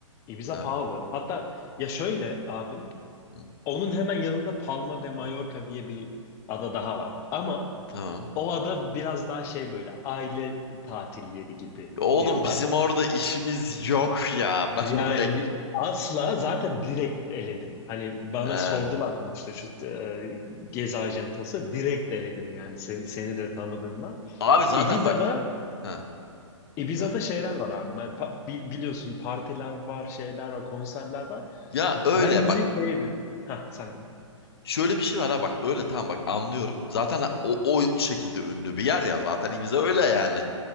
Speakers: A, on the left; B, on the left.
A: Ibiza
B: Ha,
A: pahalı. Hatta ya şöyle abim,
B: hı,
A: onun hemen yanında Palma de Mallorca diye bir ada daha var. Ama
B: tamam.
A: o ada biraz daha şey böyle aile tatil yeri gibi
B: Oğlum
A: diyorlar.
B: bizim orada işimiz yok ya. Ben
A: Yani
B: oraya...
A: bir- asla zaten direkt eledim. Hani bana
B: Ee,
A: sordular bunu işte şu e, gezi ajantası direkt eledim
B: hı.
A: yani seni, seni de tanıdığımdan.
B: abi zaten
A: Ibiza'da
B: bak... Ha,
A: Ibiza'da
B: söyle.
A: şeyler var abi. Ben, pa- bi- biliyorsun partiler var, şeyler var, konserler var.
B: Ya
A: Ben
B: öyle
A: bizi
B: bak.
A: şeydi. Ha sen.
B: Şöyle bir şey var ha bak öyle tamam bak anlıyorum. Zaten ha- o, o şekilde ünlü bir yer ya zaten Ibiza öyle yani.